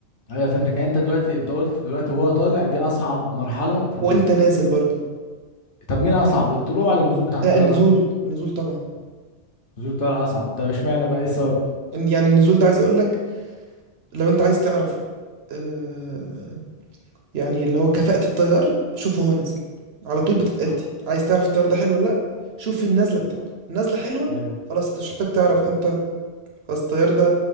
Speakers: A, on the left; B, on the right.
A: ايوه فهمتك يعني انت دلوقتي انت قلت دلوقتي هو طالع دي اصعب مرحله في ال...
B: وانت نازل برضه
A: طب مين اصعب الطلوع ولا النزول بتاع الطياره
B: لا النزول النزول طبعا
A: نزول الطياره اصعب طب اشمعنى بقى ايه السبب
B: إن- يعني النزول ده عايز اقول لك لو انت عايز تعرف آه يعني اللي هو كفاءة الطيار شوفه هو نازل على طول بتتقال
A: آه.
B: دي عايز تعرف الطيار ده حلو ولا لا شوف النازلة بتاعته النازلة حلوة
A: ايوه
B: خلاص انت مش محتاج تعرف انت خلاص الطيار ده